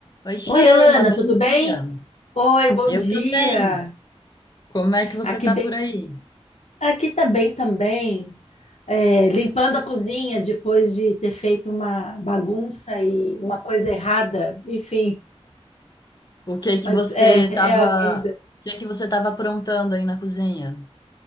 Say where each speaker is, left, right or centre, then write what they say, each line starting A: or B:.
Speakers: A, on the left; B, on the left.
A: Oi, Sheila,
B: Oi, Alana,
A: bom
B: tudo bem?
A: dia.
B: Oi, bom
A: Eu
B: dia.
A: também. Como é que você
B: Aqui
A: tá
B: bem,
A: por aí?
B: aqui tá bem também. É, limpando a cozinha depois de ter feito uma bagunça e uma coisa errada, enfim,
A: O que é que
B: mas
A: você
B: é,
A: tava,
B: é a vida.
A: o que é que você tava aprontando aí na cozinha?